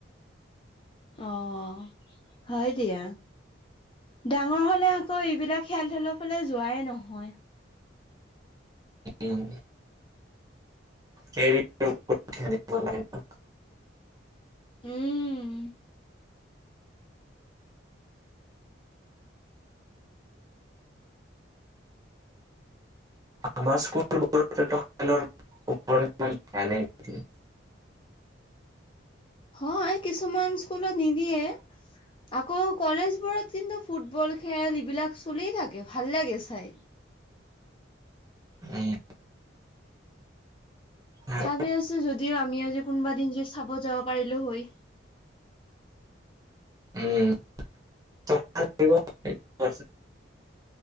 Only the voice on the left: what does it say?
অঁ হয় দিয়া ডাঙৰ হলে আকৌ এইবিলাক খেল ধেলৰ ফালে যোৱাই নহয়
উম
হয় কিছুমান স্কুলত নিদিয়ে আকৌ কলেজবোৰত কিন্তু ফুটবল খেল এইবিলাক চলিয়েই থাকে ভাল লাগে চাই
ভাবি আছো যদি যদিও আমি কোনোবা দিন যে খাব যাব পাৰিলো হয়